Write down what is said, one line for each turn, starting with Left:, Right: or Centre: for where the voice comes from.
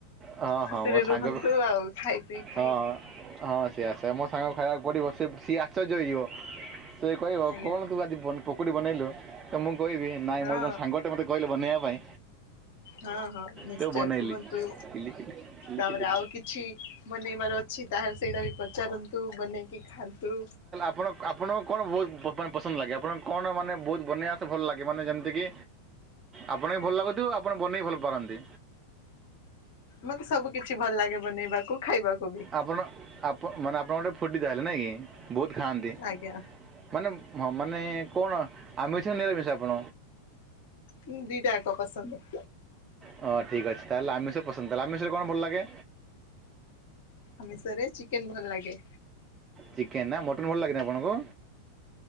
Right: ହଁ
Left: ଖୁସିରେ
Right: ହଁ ମୋ ସାଙ୍ଗକୁ
Left: ରୁହନ୍ତୁ ଆଉ ଖାଇ ପିଇ
Right: ହଁ
Left: କିି।
Right: ହଁ ସେୟା ସେୟା ମୋ ସାଙ୍ଗକୁ ଖାଇବାକୁ ପଡ଼ିବ ସିଏ ସିଏ ଆଶ୍ଚର୍ଯ୍ୟ ହେଇ ଯିବ। ସେ ଯଦି କହିବ
Left: ଆଜ୍ଞା
Right: କଣ ତୁ ଆଜି ପକୁଡ଼ି ବନେଇଲୁ ତ ମୁଁ କହିବି ନାଇଁ
Left: ହଁ
Right: ମୋର ଜଣେ ସାଙ୍ଗଟେ ମୋତେ କହିଲେ ବନେଇବା ପାଇଁ
Left: ହଁ ହଁ ନିଶ୍ଚୟ
Right: ତ ବନେଇଲି
Left: କୁହନ୍ତୁ
Right: କିଲି କିଲି। କିଲି
Left: ତାପରେ
Right: କିଲି।
Left: ଆଉ କିଛି ବନେଇବାର ଅଛି ତାହେଲେ ସେଇଟା ବି ପଚାରନ୍ତୁ ବନେଇକି ଖାଆନ୍ତୁ।
Right: ହଁ ଆପଣ ଆପଣଙ୍କୁ କଣ ବହୁତ ମାନେ ପସନ୍ଦ ଲାଗେ ଆପଣଙ୍କୁ କଣ ମାନେ ବହୁତ ବନେଇ ଆସେ ଭଲ ଲାଗେ ମାନେ ଯେମିତି କି ଆପଣଙ୍କୁ ବି ଭଲ ଲାଗୁଥିବ ଆପଣ ବନେଇବି ଭଲ ପାରନ୍ତି?
Left: ମତେ ସବୁ କିଛି ଭଲ ଲାଗେ ବନେଇବାକୁ ଖାଇବାକୁ ବି।
Right: ଆପଣ ଆପଣ ମାନେ ଆପଣଙ୍କ ଗୋଟେ ଫୁଡି଼ ତା ହେଲେ ନାଇଁ କି? ବହୁତ ଖାଆନ୍ତି
Left: ଆଜ୍ଞା
Right: ମାନେ ହଁ ମାନେ କଣ ଆମିଷ ନା ନିରାମିଷ ଆପଣ?
Left: ମୁଁ ଦିଇଟା ଯାକ ପସନ୍ଦ।
Right: ହଁ ଠିକ ଅଛି ତାହେଲେ ଆମିଷ ପସନ୍ଦ ତାହେଲେ ଆମିଷ ରେ କଣ ଭଲ ଲାଗେ?
Left: ଆମିଷରେ ଚିକେନ ଭଲ ଲାଗେ।
Right: ଚିକେନ୍ ନା ମଟନ ଭଲ ଲାଗେନି ଆପଣଙ୍କୁ?